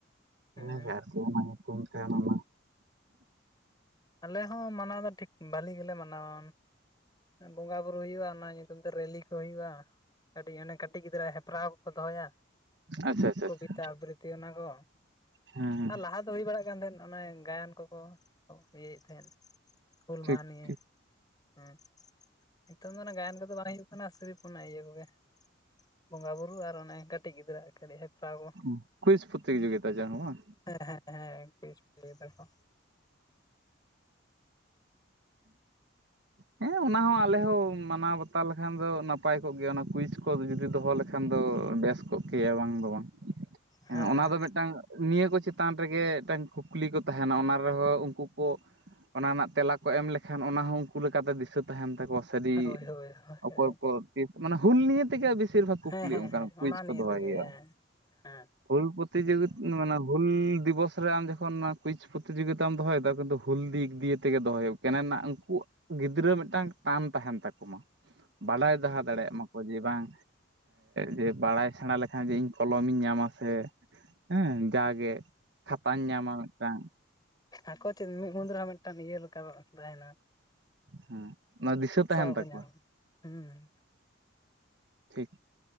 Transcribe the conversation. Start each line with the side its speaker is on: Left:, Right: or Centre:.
Left: ᱦᱚᱸ
Right: ᱤᱱᱟᱹᱜᱮ ᱟᱨᱠᱤ᱾ ᱠᱚ ᱢᱮᱛᱟᱭᱟ ᱟᱱᱟᱢᱟ
Left: ᱟᱞᱮ ᱦᱚᱸ ᱢᱟᱱᱟᱣ ᱫᱚ ᱴᱷᱤᱠ ᱵᱷᱟᱞᱤ ᱜᱮᱞᱮ ᱢᱟᱱᱟᱣᱟ᱾ ᱵᱚᱸᱜᱟ ᱵᱩᱨᱩ ᱦᱩᱭᱩᱜᱼᱟ᱾ ᱚᱱᱟ ᱧᱩᱛᱩᱢ ᱛᱮ ᱨᱮᱞᱤ ᱠᱚ ᱦᱩᱭᱩᱜᱼᱟ᱾ ᱠᱟᱹᱴᱤᱡ ᱚᱱᱮ ᱠᱟᱹᱴᱤᱡ ᱜᱤᱫᱽᱨᱟᱹ ᱦᱮᱯᱨᱟᱣ ᱠᱚᱠᱚ ᱫᱚᱦᱚᱭᱟ᱾
Right: ᱟᱪᱪᱷᱟ ᱟᱪᱪᱷᱟ
Left: ᱠᱚᱵᱤᱛᱟ
Right: ᱟᱪᱪᱷᱟ
Left: ᱟᱵᱨᱤᱛᱤ ᱚᱱᱟ ᱠᱚ᱾
Right: ᱦᱮᱸ
Left: ᱟᱨ ᱞᱟᱦᱟ ᱫᱚ ᱦᱩᱭᱩᱜ ᱦᱩᱭ ᱵᱟᱲᱟᱜ ᱠᱟᱱ ᱛᱟᱦᱮᱸᱱ ᱚᱱᱮ ᱜᱟᱭᱟᱱ ᱠᱚᱠᱚ ᱤᱭᱟᱹᱭᱮᱫ ᱛᱟᱦᱮᱸᱫ᱾ ᱦᱩᱞ
Right: ᱴᱷᱤᱠ
Left: ᱢᱟᱦᱟ ᱱᱤᱭᱮ
Right: ᱴᱷᱤᱠ
Left: ᱦᱮᱸ ᱱᱤᱛᱚᱝ ᱫᱚ ᱚᱱᱟ ᱜᱟᱭᱟᱱ ᱠᱚᱫᱚ ᱵᱟᱝ ᱦᱩᱭᱩᱜ ᱠᱟᱱᱟ ᱥᱤᱨᱤᱯᱷ ᱚᱱᱟ ᱤᱭᱟᱹ ᱠᱚᱜᱮ ᱵᱚᱸᱜᱟ ᱵᱩᱨᱩ ᱟᱨ ᱚᱱᱮ ᱠᱟᱹᱴᱤᱡ ᱜᱤᱫᱽᱨᱟᱹᱣᱟᱜ ᱠᱟᱹᱴᱤᱡ ᱦᱮᱯᱨᱟᱣ ᱠᱚ᱾
Right: ᱩ ᱠᱩᱭᱥᱡ ᱯᱚᱛᱤ ᱡᱩᱜᱤᱛᱟ ᱡᱟᱦᱟ ᱵᱟᱝ?
Left: ᱦᱮᱸ ᱦᱮᱸ ᱦᱮᱸ ᱠᱩᱭᱤᱡ ᱯᱨᱟᱛᱤᱡᱚᱜᱤᱛᱟ ᱫᱟ ᱠᱚ᱾
Right: ᱦᱮᱸ ᱚᱱᱟ ᱦᱚᱸ ᱟᱞᱮ ᱦᱚᱸ ᱢᱟᱱᱟᱣ ᱵᱟᱛᱟᱣ ᱞᱮᱠᱷᱟᱱ ᱫᱚ ᱱᱟᱯᱟᱭ ᱠᱚᱜ ᱜᱮᱭᱟ ᱚᱱᱟ ᱠᱩᱭᱤᱡ ᱠᱚ ᱡᱩᱫᱤ ᱫᱚᱦᱚ ᱞᱮᱠᱷᱟᱱ ᱫᱚ ᱵᱮᱥ ᱠᱚᱜ ᱠᱮᱭᱟ ᱵᱟᱝ ᱫᱚ ᱵᱟᱝ
Left: ᱦᱮᱸ
Right: ᱮᱸ ᱚᱱᱟ ᱫᱚ ᱢᱤᱫᱴᱟᱝ ᱱᱤᱭᱟᱹ ᱠᱚ ᱪᱮᱛᱟᱱ ᱨᱮᱜᱮ ᱢᱤᱫᱴᱟᱝ ᱠᱩᱠᱞᱤ ᱠᱚ ᱛᱟᱦᱮᱱᱟ ᱚᱱᱟ ᱨᱮᱦᱚᱸ ᱩᱱᱠᱩ ᱠᱚ ᱚᱱᱟ ᱨᱮᱱᱟᱜ ᱛᱮᱞᱟ ᱠᱚ ᱮᱢ ᱞᱮᱠᱷᱟᱱ ᱚᱱᱟ ᱦᱚᱸ ᱩᱱᱠᱩ ᱞᱮᱠᱟᱛᱮ ᱫᱤᱥᱟᱹ ᱛᱟᱦᱮᱱ ᱛᱟᱠᱚᱣᱟ ᱥᱟᱹᱨ
Left: ᱦᱳᱭ ᱦᱳᱭ ᱦᱳᱭ ᱦᱮᱸ
Right: ᱚᱠᱚᱭ ᱠᱚ ᱢᱟᱱᱮ ᱦᱩᱞ ᱱᱤᱭᱮ ᱛᱮᱜᱮ ᱵᱮᱥᱤᱨ ᱵᱷᱟᱜᱽ ᱠᱩᱠᱞᱤ
Left: ᱦᱮᱸ
Right: ᱚᱱᱠ
Left: ᱦᱮᱸ ᱚᱱᱟ
Right: ᱠᱩᱪ
Left: ᱱᱤᱭᱮ
Right: ᱠᱚ ᱫᱚᱦᱚᱭ
Left: ᱛᱮᱜᱮ
Right: ᱦᱩᱭᱩᱜᱼᱟ᱾
Left: ᱦᱮᱸ ᱦᱮᱸ ᱦᱮᱸ ᱦᱮᱸ
Right: ᱵᱷᱩᱞ ᱯᱨᱚᱛᱤᱡᱤᱛ ᱢᱟᱱᱮ ᱵᱷᱩᱞ ᱫᱤᱵᱚᱥ ᱟᱢ ᱡᱚᱠᱷᱚᱱ ᱠᱩᱭᱤᱡ ᱯᱨᱚᱛᱤᱤᱡᱳᱜᱤᱛᱟᱢ ᱫᱚᱦᱚᱭᱮᱫᱟ ᱠᱤᱱᱛᱩ ᱦᱩᱞ ᱫᱤᱠ ᱫᱤᱭᱮ ᱛᱮᱜᱮ ᱫᱚᱦᱚᱭ ᱦᱩᱭᱩᱜ ᱠᱟᱱᱟᱮᱱ ᱩᱱᱠᱩ ᱜᱤᱫᱽᱨᱟᱹ ᱢᱤᱫᱴᱟᱝ ᱴᱟᱱ ᱛᱟᱦᱮᱱ ᱛᱟᱠᱚ ᱢᱟ᱾ ᱵᱟᱲᱟᱭ ᱫᱚᱦᱚ ᱫᱟᱲᱮᱭᱟᱜ ᱢᱟᱠᱚ ᱡᱮ ᱵᱟᱝ ᱡᱮ ᱵᱟᱲᱟᱭ ᱥᱮᱬᱟ ᱞᱮᱠᱷᱟᱱ ᱡᱮ ᱤᱧ ᱠᱚᱞᱚᱢ ᱤᱧ ᱧᱟᱢᱟ ᱥᱮ ᱦᱮᱸ ᱡᱟᱜᱮ ᱠᱷᱟᱛᱟᱧ ᱧᱟᱢᱟ ᱢᱤᱫᱴᱟᱝ᱾
Left: ᱦᱟᱹᱠᱩ ᱪᱮᱫ ᱢᱤᱫ ᱢᱩᱫᱽ ᱨᱮᱦᱚᱸ ᱢᱤᱫᱴᱟᱝ ᱤᱭᱟᱹ ᱞᱮᱠᱟ ᱛᱟᱦᱮᱱᱟ᱾
Right: ᱦᱮᱸ ᱚᱱᱟ ᱫᱤᱥᱟᱹ
Left: ᱩᱛᱥᱟᱦᱚ
Right: ᱛᱟᱦᱮᱱ
Left: ᱠᱚ
Right: ᱛᱟᱠᱚᱣᱟ
Left: ᱧᱟᱢᱟ ᱦᱩᱸ᱾
Right: ᱴᱷᱤᱠ